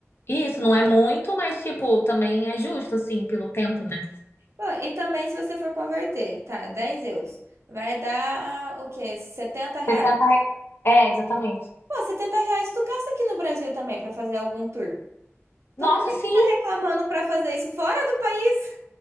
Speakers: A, on the left; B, on the right.
A: isso, não é muito, mas tipo, também é justo assim pelo tempo, né?
B: Pô, e também se você for converter, tá, 10 euros, vai dar o quê? 70 reais.
A: 60 re- É, exatamente.
B: Pô, 70 reais tu gasta aqui no Brasil também pra fazer algum tour. Então
A: Nossa,
B: por que
A: sim,
B: que tu tá reclamando pra fazer isso fora do país?